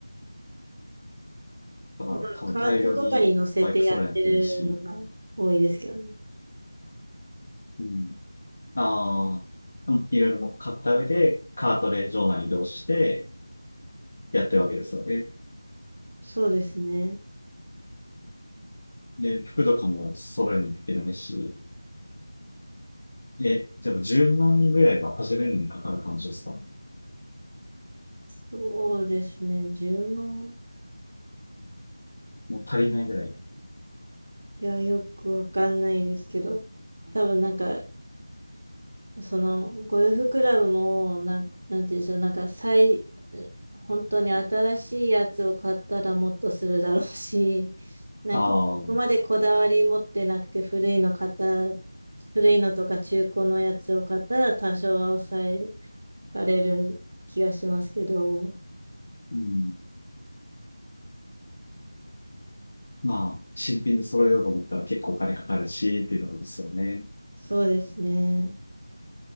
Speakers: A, on the left; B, on the right.
A: だから多分大量にバイク揃えないといけないし、
B: まあ、カートとかに乗せてやってるのが多いですけどね。
A: うん。ああ、でもいろいろ買った上で、カートで場内移動してやってるわけですよね。
B: そうですね。
A: で、服とかも揃えないといけないし、え、じゃあ10万ぐらいは始めるのにかかる感じですか
B: そうですね。10万
A: もう足りないぐらい。
B: いや、よくわかんないですけど、多分なんか、その、ゴルフクラブも、なん、なんていうんでしょう、なんか、最、本当に新しいやつを買ったらもっとするだろうし、<laughs> なんか、
A: ああ、
B: そこまでこだわり持ってなくて、
A: う
B: 古いの買ったら、古いのとか中古のやつを買ったら、多少は抑えられる気がしますけど、
A: ん。まあ、新品で揃えようと思ったら結構お金かかるし、っていうところですよね。
B: そうですね。